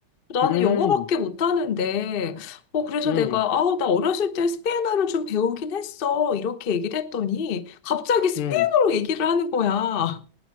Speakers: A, on the left; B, on the left.
A: 나는
B: 음,
A: 영어밖에 못하는데, 어, 그래서
B: 음,
A: 내가, 아, 나 어렸을 때 스페인어를 좀 배우긴 했어. 이렇게 얘기를 했더니, 갑자기 스페인어로
B: 음,
A: 얘기를 하는 거야.